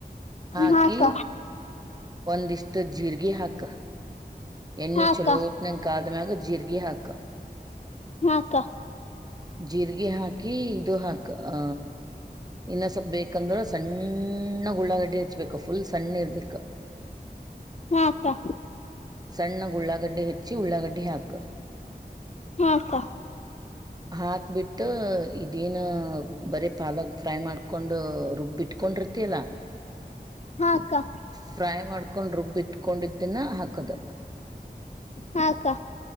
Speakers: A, on the right; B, on the left.
A: ಹಾಕಿ
B: ಹಾಕ
A: ಒಂದಿಷ್ಟ ಜೀರ್ಗಿ ಹಾಕ ಎಣ್ಣಿ
B: ಹಾಕ
A: ಚಲೋ ಎಣ್ಣಿ ಕಾದ ಮ್ಯಾಗ ಜೀರ್ಗಿ ಹಾಕ
B: ಹಾ ಅಕ್ಕ
A: ಜೀರ್ಗಿ ಹಾಕಿ ಇದು ಹಾಕ್ ಆ ಇನ್ನ ಸ್ವಲ್ಪ್ ಬೇಕಂದ್ರ ಸಣ್ಣ ಉಳ್ಳಾಗಡ್ಡಿ ಹೆಚ್ಬೇಕು ಫುಲ್ ಸಣ್ಣ ಇರ್ಬೇಕು
B: ಹಾ ಅಕ್ಕಾ
A: ಸಣ್ಣಗ ಉಳ್ಳಾಗಡ್ಡಿ ಹೆಚ್ಚಿ ಉಳ್ಳಾಗಡ್ಡಿ ಹಾಕ
B: ಹಾ ಅಕ್ಕ
A: ಹಾಕ್ಬಿಟ್ಟ ಇದೇನ ಬರೀ ಪಾಲಕ್ ಫ್ರೈ ಮಾಡ್ಕೊಂಡ್ ರುಬ್ಬಿಟ್ಟ ಕೊಂಡಿರ್ತಲ್ಲಾ
B: ಹಾ ಅಕ್ಕಾ
A: ಫ್ರೈ ಮಾಡ್ಕೊಂಡ್ ರುಬ್ಬಿ ಇಟ್ಕೊಂಡಿದ್ದಿನ ಹಾಕುದ
B: ಹಾ ಅಕ್ಕಾ